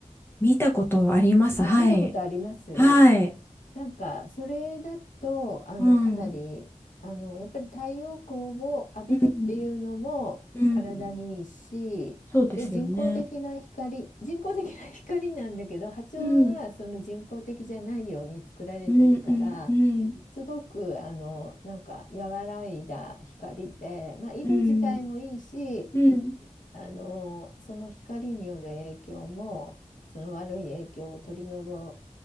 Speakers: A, on the left; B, on the left.
A: 見たことあります。
B: あ、
A: はい。
B: 見たことあります
A: はい。
B: なんか、それだと、あの、
A: うん。
B: かなり、あの、やっぱり太陽光を浴びるっていうのも体にいいし、
A: うん。うん。そうですよね。
B: で、人工的な光、人工的な <laughs> 光なんだけど、波長がその人工的じゃないように作られてるから、
A: うん。うんうんうん。
B: すごく、あの、なんか、和らいだ光で、まあ、色自体もいいし、
A: うん。うん。
B: あのその光による影響もその悪い影響を取り除